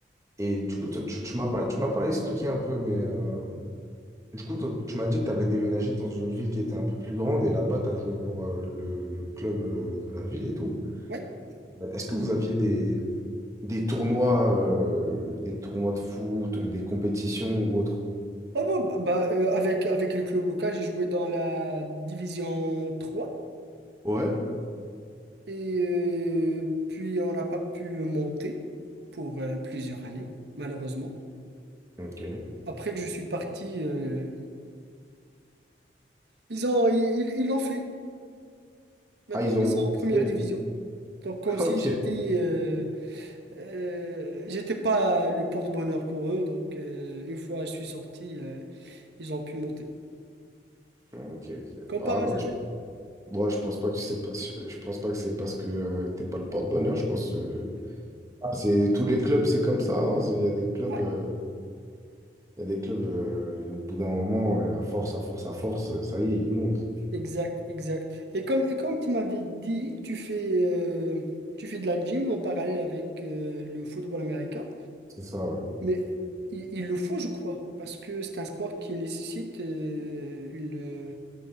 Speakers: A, on the right; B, on the right.
A: et du coup, toi, tu, tu m'as pas, tu m'as pas expliqué un peu, mais euh, du coup, toi, tu m'as dit que tu avais déménagé dans une ville qui était un peu plus grande et là-bas, tu as joué pour euh, le, le club euh, de la ville et tout.
B: Ouais.
A: Euh, Est-ce que vous aviez des, des tournois, euh, des tournois de foot, des compétitions ou autres?
B: Oh, bon, bah, bah, euh, avec, avec le club local, j'ai joué dans la division trois
A: Ouais.
B: Et euh, puis, on n'a pas pu monter pour euh, plusieurs années, malheureusement.
A: Ok.
B: Après que je suis parti, euh, ils ont, ils, ils l'ont fait. Maintenant,
A: Ah, ils ont.
B: ils sont en première
A: ça, ils-
B: division. Donc, comme
A: <laughs>
B: si
A: Ok.
B: j'étais euh, euh, j'étais pas le porte-bonheur pour eux. Donc, euh, une fois je suis sorti, euh, ils ont pu monter.
A: Ok, ok.
B: Comme
A: Ah
B: par hasard.
A: non, je, moi, je pense pas que c'est pas- je je pense pas que c'est parce que euh, t'es pas le porte-bonheur. Je pense euh, ah, c'est tous les clubs, c'est comme ça. hein. C'est- Il y a des clubs,
B: Ouais,
A: euh, il y a des clubs euh, et au bout d'un moment, euh, à force, à force, à force, euh, ça y est, ils montent.
B: exact, exact. Et comme, et comme tu m'avais dit, tu fais, euh, tu fais de la gym en parallèle avec euh, le football américain.
A: C'est ça, ouais.
B: Mais il, il le faut, je crois, parce que c'est un sport qui nécessite euh, une,